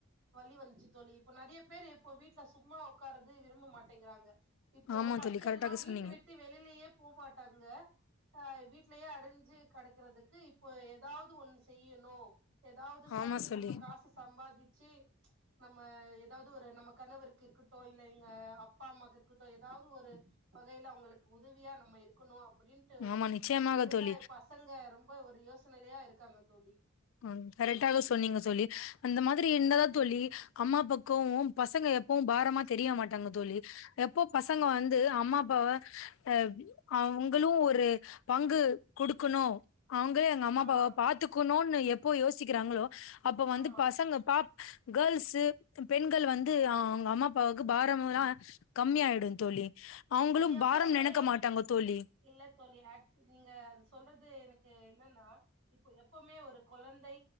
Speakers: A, on the right; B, on the left.
A: வழி வந்ச்சு தோழி இப்போ நெறைய பேரு இப்போ வீட்ல சும்மா உட்காரது விரும்ப மாட் டெங்குறாங்க இப்போ
B: ஆமா
A: ஃபஸ்டு
B: தோழி கரெக்டாக
A: எல்லா வீட்டவிட்டு
B: சொன்னீங்க
A: வெளிலயே போமாட்டாங்க அ வீட்லயே அடஞ்சு கெடக்குறதுக்கு இப்போ எதாவது ஒன்னு செய்யணு ஏதாவ்து
B: ஆமா
A: பண்ணி
B: சொல்லி
A: நம்ம காசு சம்பாதிச்சு நம்ம எதாவ்து ஒரு நம்ம கணவருக்கு இருக்கட்டு இல்ல எங்க அப்பா அம்மாக்கு இருக்கட்டு எதாவ்து ஒரு வகைல அவுங்களுக்கு உதவியா நம்ம இருக்கணு அப்டின்ட்டு ஒரு
B: ஆமா நிச்சயமாக
A: இதுல
B: தோழி
A: பசங்க ரொம்ப ஒரு யோசனைலையா இருக்காங்க தோழி
B: அ கரெக்டாக சொன்னீங்க தோழி அந்த மாதிரி இர்ந்தா தா தோழி அம்மா பக்கொ பசங்க எப்பவு பாரமா தெரியமாட்டாங்க தோழி எப்போ பசங்க
A: ஆமா
B: வந்து அம்மா அப்பாவ அ அவங்களு ஒரு பங்கு குடுக்கணு அவங்களே எங்க அம்மாப்பாவ
A: ஆமா
B: பாத்துக்குணுன்னு எப்போ யோசிக்கிறாங்களோ அப்ப வந்து
A: ஆமா
B: பசங்க பா கேர்ள்ஸு பெண்கள் வந்து அவுங்க அம்மா அப்பாவுக்கு பாரமல்லா கம்மியாயிடு தோழி அவுங்களு
A: அது எப்பவுமே
B: பாரம் நெனைக்க மாட்டாங்க தோழி
A: இல்ல தோழி ஆக்ச் நீங்க அது சொல்றது எனக்கு என்னன்னா இப்ப எப்பவுமே ஒரு கொழந்தை